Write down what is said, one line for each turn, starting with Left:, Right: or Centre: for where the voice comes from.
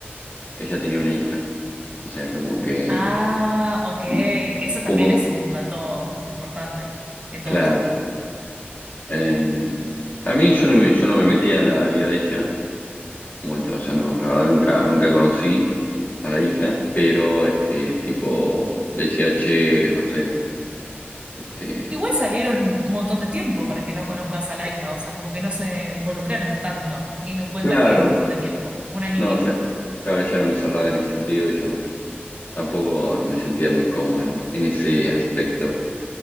Left: ella tenía una hija, o sea, como que
Right: Ah, ok.
Left: un
Right: Eso también
Left: poco,
Right: es un dato importante en
Left: claro.
Right: todo esto.
Left: em, a mí yo no me, yo no me metía en la vida de ella, mucho, o sea, no, la verdad nunca, nunca conocí. a la hija, pero este tipo le decía, che, no sé, este,
Right: Igual salieron un montón de tiempo para que no conozcas a la hija, o sea, como que no se involucraron tanto, teniendo en cuenta
Left: claro,
Right: que es bastante tiempo, un año
Left: no,
Right: y pico,
Left: ya, claro, ella era muy cerrada en ese sentido y yo no, tampoco me sentía muy cómodo en, en ese aspecto.